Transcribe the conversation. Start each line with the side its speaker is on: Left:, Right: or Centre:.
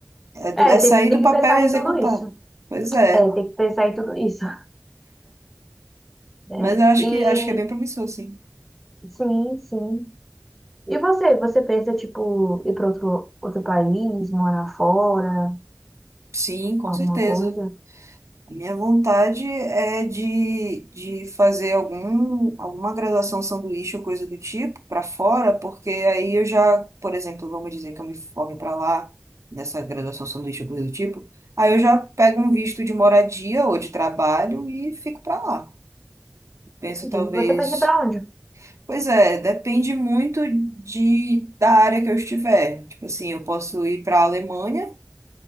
Right: é, do-
Centre: É,
Right: é sair
Centre: tem, que- tem
Right: do papel
Centre: que pensar
Right: e executar.
Centre: em tudo isso.
Right: Pois é.
Centre: É, tem que pensar em tudo isso, <laughs>
Right: Mas
Centre: né?
Right: eu acho
Centre: E
Right: que, acho que é bem promissor, sim.
Centre: sim, sim. E você, você pensa, tipo, ir para outro, outro país, morar fora,
Right: Sim, com
Centre: alguma
Right: certeza.
Centre: coisa?
Right: A Minha vontade é de, de fazer algum, alguma graduação sanduíche ou coisa do tipo para fora, porque aí eu já, por exemplo, vamos dizer que eu me forme para lá, nessa graduação sanduíche ou coisa do tipo, aí eu já pego um visto de moradia ou de trabalho e fico para lá. Penso
Centre: Entendi.
Right: talvez.
Centre: Você pensa para onde?
Right: Pois é, depende muito de, da área que eu estiver. Tipo assim, eu posso ir para a Alemanha.